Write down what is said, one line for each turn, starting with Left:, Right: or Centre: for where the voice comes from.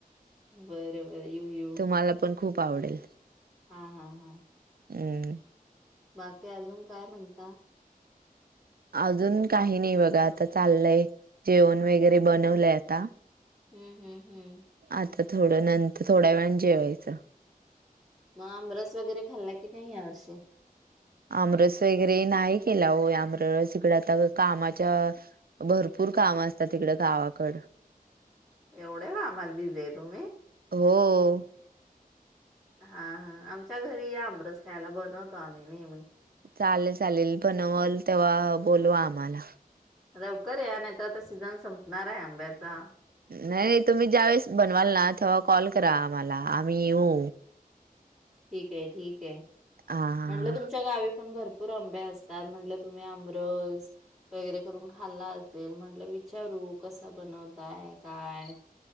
Centre: बर ब बर येऊ येऊ
Right: तुम्हाला पण खूप आवडेल
Centre: हा हा हा
Right: अं
Centre: बाक ते अजून काय म्हणता
Right: अजून काही नाही बघा आता चाललंय जेवण वगैरे बनवलंय आता
Centre: हं हम् हम्म
Right: आता थोडं नंतर थोड्या वेळन जेवायचं
Centre: मग आमरस वगैरे खाल्ला की नाही या वर्षी
Right: आमरस वगैरे नाही केला हो आमरस इकडं आता कामाच्या भरपूर काम असतात गावाकडं
Centre: एवढे कामात बिझी आहे तुम्ही
Right: हो.
Centre: हा हा आमच्या घरी या आमरस खायला बनवतो आम्ही नेहमी
Right: चालेल चालेल बनवल तेव्हा बोलवा आम्हाला
Centre: लवकर या नाहीतर आता सीझन संपणार आहे आंब्याचा
Right: नाही नाही तुम्ही ज्यावेेळेस बनवाल ना तेव्हा कॉल करा आम्हाला आम्ही येऊ
Centre: ठीक काय ठीक काय
Right: हा.
Centre: म्हणलं तुमच्या गावी पण भरपूर आंबे असतात म्हणलं तुम्ही आमरस वगैरे करून खाल्ला असेल म्हटलं विचारू कसा बनवताय काय